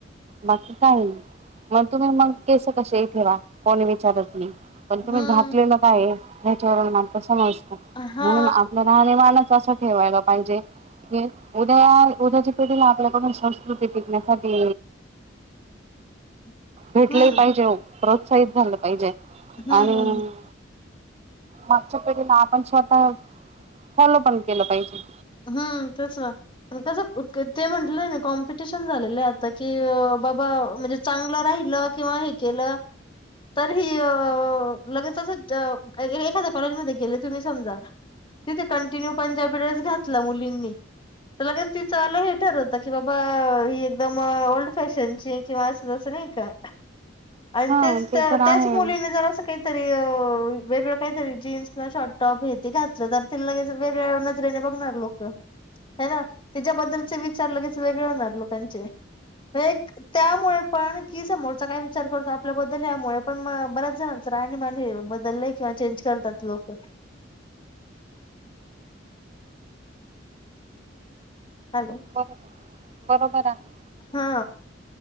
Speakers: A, on the right; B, on the left.
A: बाकी काही नाही. मग तुम्ही मग केस कशेही ठेवा, कोणी विचारत नाही. पण तुम्ही
B: हम्म
A: घातलेलं काय? त्याच्यावरून मात्र समाज <unintelligible>
B: हा
A: म्हणून आपलं राहणीमाणच असं ठेवायला पाहिजे की उद्या, उद्याची पिढीनं आपल्याकडून संस्कृती टिकण्यासाठी
B: <inaudible>
A: भेटलं
B: हम्म
A: पाहिजे ओ प्रोत्साहित झालं पाहिजे.
B: हम्म
A: आणि
B: हम्म
A: मागच्यापिढीला आपण स्वतः, फॉलो पण केलं पाहिजे.
B: हा तसं. कसं ते म्हंटलं ना, कॉम्पिटिशन झालेलं आहे आता की, बाबा म्हणजे चांगलं राहिलं किंवा हे केलं तरी ह अ लगेच असं, एखाद्या कॉलेजमध्ये गेले तुम्ही समजा तिथे कंटिन्यू पंजाबी ड्रेस घातला मुलींनी तर लगेच तीचं वाल हे ठरवता की, बाबा ही एकदम ओल्ड फॅशनची आहे. किंवा असं जसं नाही का. आणि
A: हा
B: तेच
A: ते
B: त्याच
A: तर आहे
B: मुलीने जर असं काहीतरी वेगळं काहीतरी जीन्स किंवा शॉर्टटॉप हे ते घातलं, तर तिला लगेच वेगळ्या नजरेने बघणार. लोकं हे ना. तेच्याबद्दलचे विचार लगेच वेगळे होउन जातात लोकांचे. एक त्यामुळे पण की समोरचा काय विचार करतो आपल्याबद्दल? यामुळे पण बऱ्याच जण राहणीमान हे बदलंय किंवा चेंज करतात लोक. हॅलो
A: बर <inaudible> बरोबर आहे.
B: हा.